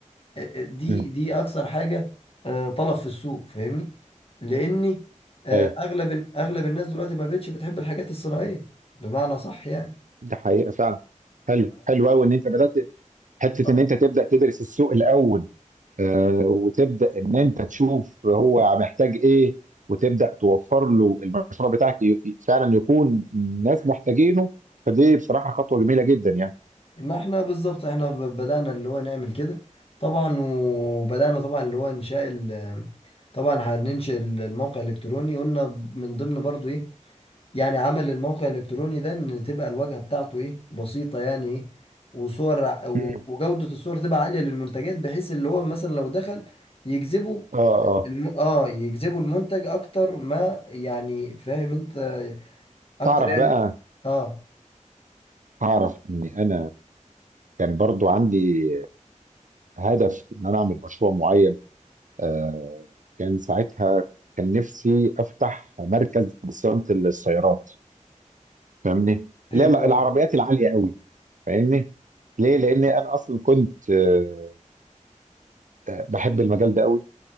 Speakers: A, on the left (about 45°); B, on the right (about 70°).
A: ا- ا- دي
B: امم
A: دي اكثر حاجة آه، طلب في السوق فاهمني لاني آه،
B: ايوه
A: اغلب اغلب الناس دلوقتي ما بقتش بتحب الحاجات الصناعية بمعنى صح يعني
B: ده حقيقه فعلا حلو حلو قوي ان انت بدات حته
A: ف
B: ان انت تبدا تدرس السوق الاول آه، وتبدا ان انت تشوف هو محتاج ايه وتبدا توفر له المشروع بتاعك ي- ي- فعلا يكون الناس محتاجينه فدي بصراحه خطوه جميله جدا يعني
A: ما احنا بالظبط احنا ب- بدأنا اللي هو نعمل كده طبعا وبدأنا طبعا اللي هو انشاء ال طبعا هننشئ ال- الموقع الالكتروني قلنا من ضمن برضو ايه يعني عمل الموقع الالكتروني ده ان تبقى الواجهة بتاعته ايه بسيطة يعني ايه وصور ع- و-
B: مم.
A: وجودة الصور تبقى عالية للمنتجات بحيث اللي هو مثلا لو دخل يجذبه
B: اه اه
A: الم... اه يجذبوا المنتج اكتر ما يعني فاهم انت اكتر
B: تعرف
A: يعني
B: بقى
A: اه
B: تعرف ان انا كان برضو عندي هدف ان انا اعمل مشروع معين آه كان ساعتها كان نفسي افتح مركز لصيانه السيارات فاهمني لا
A: حلو
B: لا
A: قوي
B: العربيات العاليه قوي فاهمني ليه لان انا اصلا كنت آه، آه، بحب المجال ده قوي